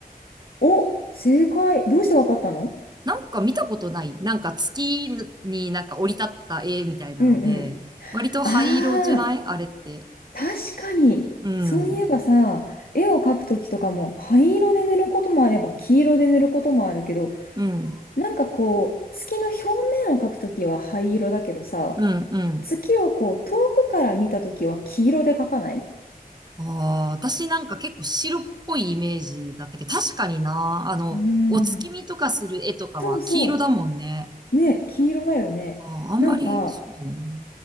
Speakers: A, on the left; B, on the right.
A: お、正解。どうしてわかったの
B: なんか見たことない。なんか月になんか降り立った絵みたいなので、
A: うんうん。
B: 割と灰色じゃないあれって。
A: ああ、確かに。
B: うん。
A: そういえばさ、絵を描くときとかも灰色で塗ることもあれば黄色で塗ることもあるけど、
B: うん。
A: なんかこう、月の表面を描くときは灰色だけどさ、
B: うん。うん。
A: 月をこう遠くから見たときは黄色で描かない
B: ああ、私なんか結構白っぽいイメージだったけど、確かにな。あの、
A: うーん。
B: お月見とかする絵とかは黄色だもんね。
A: そうそう。ね、黄色だよね。
B: ああ、あんまり、
A: なんか、
B: そうですね。